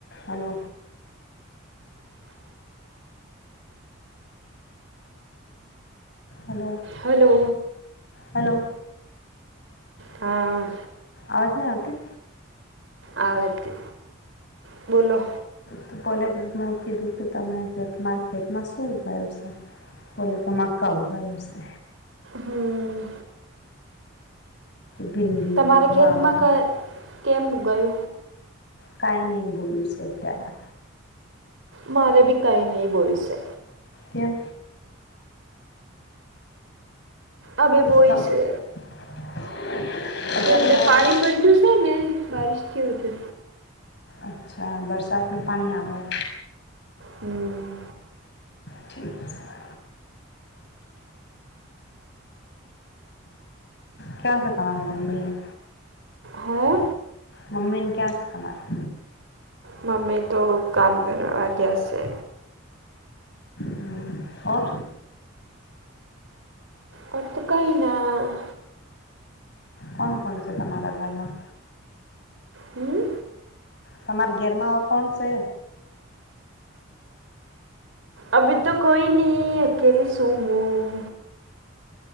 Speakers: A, on the left; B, on the right.
A: અને હલો.
B: હલો
A: હેલો
B: હા
A: અવાજ નહી આવતી
B: આવે છે બોલો
A: તો પોલે કિક મેં કીધું કે તમે તમારા ખેતમાં શું ઉભાયું છે બોલે તો મક્કા ઉગયા સે
B: હમ
A: ભિંડી
B: તમારે
A: ગવાર
B: ખેતમાં ક કેમ ગયું
A: કાઈ નહી બોલું છે તેના
B: મારે બી કઈ નહી બોલું છે.
A: કેમ?
B: અભી બોઈ
A: તમ
B: છે.
A: <inaudible>
B: ખેત મેં
A: હોવાનું
B: પાણી ભરગય્યું છે ને બારિશ કે વજશે
A: અચ્છા બરસાતનું પાણી આવેે
B: હમ્મ.
A: ઠીક છે ક્યાં છે તમારી મમ્મી
B: હા
A: મમ્મી ને ક્યાં છે તમારા
B: મમ્મી તો કામ કરવા ગયા શે
A: હમ. ઓર
B: ઓર તો કઈના
A: કોણ કોણ છે તમારા ઘરમાં
B: હમ્મ.
A: તમારી ઘેરમાં કોણ છે
B: અભી તો કોઈ ની અકેલી શું હું